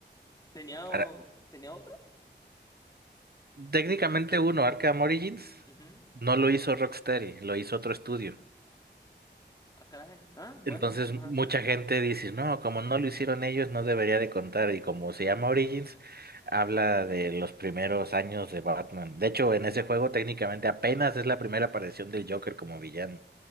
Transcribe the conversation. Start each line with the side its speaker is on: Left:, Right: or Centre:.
Left: ¿Tenía,
Right: Para-
Left: o- tenía otro?
Right: técnicamente uno, Arkham Origins,
Left: Ujú.
Right: no lo hizo Rocksteady, lo hizo otro estudio.
Left: Ah, caray. Ah, bueno.
Right: Entonces
Left: Ajá.
Right: mucha gente dice, no, como no lo hicieron ellos, no debería de contar. Y como se llama Origins, habla de los primeros años de Batman. De hecho, en ese juego técnicamente apenas es la primera aparición del Joker como villano